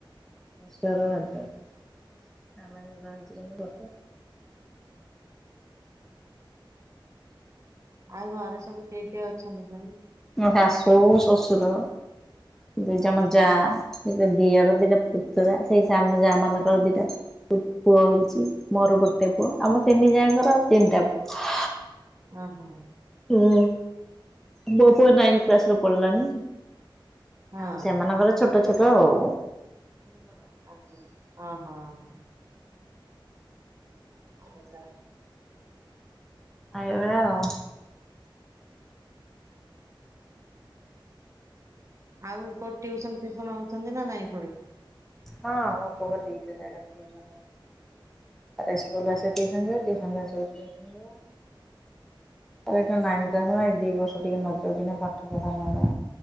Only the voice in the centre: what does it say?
ହସର ଭାତ <unintelligible> ଆମେମାନେ ରହିଛୁ
ଶାଶୁ ଶଶୁର ଦି
ଜଣ ଯା, ଦିଟା ଦିଅର ଦିଟା ପୁତୁରା ସେଇ ସାନ ଯା ମାନଙ୍କର ଦିଟା ପୁ ପୁଅ ହେଇଛି ମୋର ଗୋଟେ ଅ ଆମ ତିନି ଯା ଙ୍କର ତିନିଟା ପୁଅ।
ହୁଁ ମୋ ପୁଅ ନାଇନ୍ କ୍ଲାସରେ ପଢିଲାନି,
ଆଉ ସେମାନଙ୍କର ଛୋଟ ଛୋଟ ଆଉ
ଏଇଭଳିଆ ଆଉ।
ହଁ ମୋ ପୁଅପା ଦିଇଟା ଜାଗାରେ ଟିଉସନ ହଉଛି। ତାର ତ ସ୍କୁଲରୁ ଆସିବ ଟିଉସନ୍ ଯିବ, ଟିଉସନରୁ ଆସିବ ସ୍କୁଲ୍ ଯିବ ତାର ଏଇଟା ନାଇନ୍ କ୍ଲାସ ନା ଏଇ ଦି ବର୍ଷ ଟିକେ ନ ଜଗିଲେ, ପାଠ କଥା ନୁହେଁ